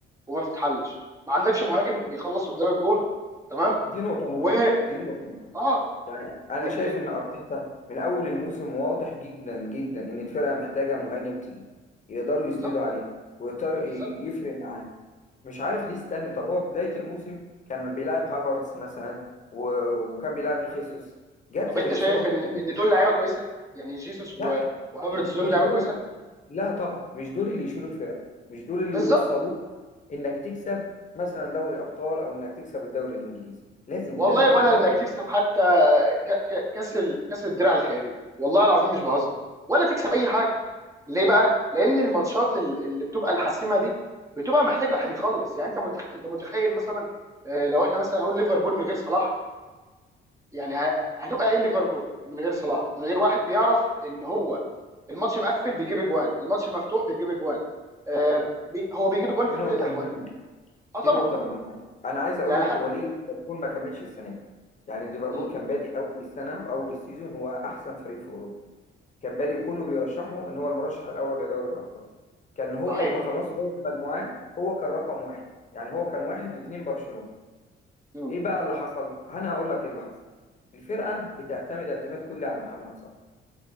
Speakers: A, on the right (about 15°); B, on the left (about 40°).
A: وما بتتحلش ما عندكش مهاجم بيخلص قدام الجون تمام
B: دي نقطه مهمه
A: و
B: دي نقطه مهمه
A: اه
B: يعني انا
A: يمكن
B: شايف ان ارتيتا من اول الموسم واضح جدا جدا ان الفرقه محتاجه مهاجم تقيل يقدروا يسندوا
A: بالظبط
B: عليه ويقدر
A: بالظبط
B: ي- يفرق معاه مش عارف ليه استنى طب هو بدايه الموسم كان بيلعب هافرتس مثلا و... وكان بيلعب خيسوس جت
A: طب انت
B: الاصابات
A: شايف ان
B: الكتير.
A: ان دول لعيبه كويسه يعني جيسوس و...
B: لا
A: وهافرتز دول
B: مش
A: لعيبه
B: دول
A: كويسه
B: لا طبعا مش دول اللي يشيلوا الفرق مش دول اللي
A: بالظبط
B: يوصلوك انك تكسب مثلا دوري ابطال او انك تكسب الدوري الانجليزي لازم
A: والله
B: لازم كان
A: ولا
B: جاب
A: انك
B: فرق.
A: تكسب حتى ك... ك... كاس ال... كاس الدرع الخيريه والله العظيم مش بهزر ولا تكسب اي حاجه ليه بقى لان الماتشات ال- اللي بتبقى الحاسمه دي بتبقى محتاج واحد يخلص يعني انت متخ... انت متخيل مثلا آه، لو احنا مثلا نقول ليفربول من غير صلاح يعني ه... هتبقى ايه ليفربول من غير صلاح من غير واحد بيعرف ان هو الماتش مقفل بيجيب اجوان الماتش مفتوح بيجيب اجوان آه، بي... هو بيجيب اجوان
B: دي
A: في
B: نقطه
A: كل الاحوال
B: مهمه
A: اه طبعا
B: دي نقطه مهمه انا عايز اقول
A: يعني
B: لك
A: حتى
B: هو ليه ليفربول ما كملش السنه دي يعني ليفربول
A: مم.
B: كان بادئ اول السنه واول السيزون هو احسن فريق في اوروبا كان بادئ كله بيرشحه ان هو المرشح الاول لدوري الابطال كان هو
A: صحيح
B: اما خلصوا دوري المجموعات هو كان رقم واحد يعني هو كان واحد واثنين برشلونه
A: مم.
B: ايه بقى اللي حصل انا هقول لك ايه اللي حصل الفرقه بتعتمد اعتماد كلي على محمد صلاح